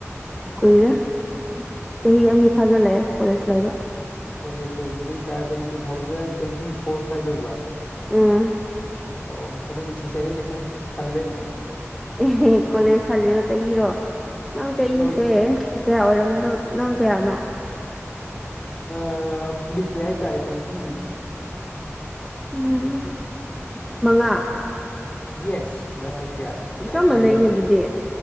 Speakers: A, in the centre; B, on the left.
A: ꯀꯨꯏꯔꯦ ꯆꯍꯤ ꯑꯅꯤ ꯐꯥꯖꯤꯜꯂꯛꯑꯦ ꯀꯣꯂꯦꯖ ꯂꯩꯕ
B: ꯀꯣꯂꯦꯖ ꯂꯣꯏꯕ ꯑꯗꯨ ꯑꯣꯏꯇꯥꯔꯒꯗꯤ ꯇꯨ ꯊꯥꯎꯖꯟ ꯇ꯭ꯋꯦꯟꯇꯤ ꯐꯣꯔ ꯁ꯭ꯋꯥꯏ ꯂꯣꯏꯕ꯭ꯔꯥ
A: ꯎꯝ
B: ꯑꯣ ꯑꯗꯨꯗꯤ ꯁꯤꯁꯇꯔꯗꯩ ꯑꯩꯅ ꯈꯔ ꯍꯜꯂꯦ
A: ꯑꯦꯍ ꯀꯣꯂꯦꯖ ꯍꯜꯂꯤꯔꯣ ꯆꯍꯤꯔꯣ ꯅꯪ ꯆꯍꯤꯁꯦ
B: ꯍꯣꯏ
A: ꯀꯌꯥ ꯑꯣꯏꯔꯝꯗꯣ ꯅꯪ ꯀꯌꯥꯅꯣ
B: ꯑ ꯃꯤꯠꯅꯦ ꯍꯥꯏꯇꯥꯔꯦ ꯇ꯭ꯋꯦꯟꯇꯤ ꯃꯤꯠꯅꯦ
A: ꯎꯝ ꯃꯉꯥ
B: ꯌꯦꯁ ꯗꯨꯃꯥꯏ ꯍꯥꯏꯁꯨ ꯌꯥꯔꯦ ꯗꯥꯏꯔꯦꯛ
A: ꯆꯞ ꯃꯥꯟꯅꯩꯅꯦ
B: ꯍꯥꯏꯕ ꯌꯥ
A: ꯑꯗꯨꯗꯤ